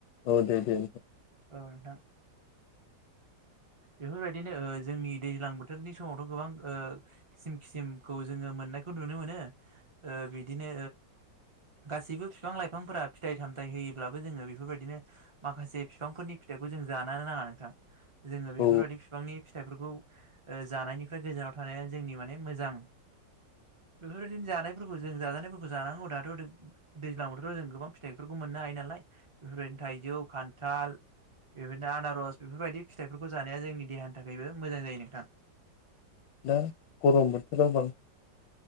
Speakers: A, on the left; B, on the right.
A: औ दे दे
B: औ नोंथां बेफोरबायदिनो जोंनि दैज्लां बोथोरनि समावथ गोबां खिसिम खिसिमखौ जोङो मोननायखौ नुनो मोनो बिदिनो गासिबो बिफां लाइफांफोरा फिथाइ थामथाइ होयोब्लाबो जोङो बेफोरबायदिनो माखासे बिफांफोरनि फिथाइखौ जों जानो नाङा नोंथां जोङो बेफोरबादि
A: औ
B: बिफांनि फिथाइफोरखौ जानायनिफ्राय गोजानाव थानाया जोंनि माने मोजां बेफोरबादिनो जानाय फोरखौ जों जाजानायफोरखौ जानांगौ दाथ' दैज्लाङावथ' जों गोबां फिथाइफोरखौ मोननो हायो नालाय बेफोर बायदिनो थाइजौ खान्थाल बेबायदिनो आनारस बेफोरबायदि फिथाइफोरखौ जानाया जोंनि देहानि थाखायबो मोजां जायो नोंथां
A: दा गरम बोथोराव बां